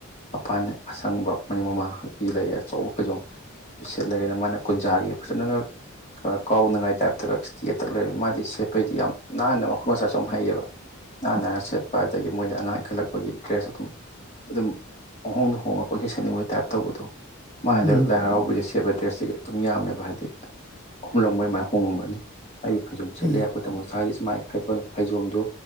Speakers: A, on the left; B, in the centre.
A: ꯃꯄꯥꯟꯅ ꯑꯁꯪꯕ ꯃꯅꯤꯡ ꯃꯃꯥꯡ ꯍꯥꯛꯄꯤ ꯂꯩ ꯑꯆꯧꯕ ꯐꯩꯖꯣꯝ ꯁꯦꯠꯂꯒꯦꯅ ꯃꯥꯅ ꯀꯨꯟꯖꯥꯒꯤ ꯐꯖꯅꯒ ꯈꯔ ꯀꯥꯎꯅꯉꯥꯏ ꯇꯥꯏꯞꯇꯒ ꯁꯇ꯭ꯔꯤꯒ ꯇꯛ ꯂꯩꯔꯝ ꯃꯥꯗꯤ ꯁꯦꯠꯄꯩꯗꯤ ꯌꯥꯝ ꯅꯥꯟꯅ ꯃꯈꯨꯠ ꯃꯁꯥꯁꯨ ꯌꯥꯝ ꯍꯩꯌꯦꯕ
B: <inaudible>
A: ꯅꯥꯥꯟ ꯅꯥꯟꯅ ꯁꯦꯠꯄ ꯑꯗꯒꯤ ꯃꯣꯏꯗꯤ ꯑꯉꯥꯡ ꯏꯟꯈꯠꯂꯛꯄꯒꯤ ꯗ꯭ꯔꯦꯁ ꯑꯗꯨꯝ ꯑꯗꯨꯝ ꯄꯪꯍꯣꯡꯗ ꯍꯣꯡꯉꯒ ꯄꯪꯁꯦꯠ ꯁꯦꯠꯅꯤꯡꯕꯩ ꯇꯥꯏꯞ ꯇꯧꯕꯗꯣ ꯃꯥ ꯍꯟꯗꯛ
B: ꯎꯝ ꯎꯝ
A: ꯂꯥꯏ ꯍꯔꯥꯎꯕꯩꯗ ꯁꯦꯠꯄ ꯗ꯭ꯔꯦꯁꯇꯤ ꯑꯗꯨꯝ ꯌꯥꯝꯃꯦꯕ ꯍꯥꯏꯗꯤ ꯑꯍꯨꯝꯂꯛ ꯃꯔꯤꯃꯥꯏ ꯍꯣꯡꯉꯝꯒꯅꯤ ꯑꯩꯒꯤ ꯐꯩꯖꯣꯝ ꯁꯦꯠꯂꯦ
B: ꯎꯝ
A: ꯑꯈꯣꯏ ꯇꯃꯣꯆꯥꯏꯗꯤ ꯁꯨꯃꯥꯏ ꯐꯩꯕ ꯐꯩꯖꯣꯝꯗꯣ